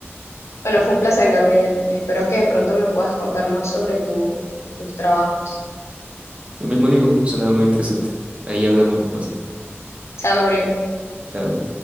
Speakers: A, on the left; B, on the right.
A: Bueno, fue un placer, Gabriel. Espero que pronto me puedas contar más sobre tu- tus trabajos.
B: <laughs> Lo mismo digo, sonaba muy interesante. Ahí hablamos después.
A: Chao, Gabriel.
B: Chao.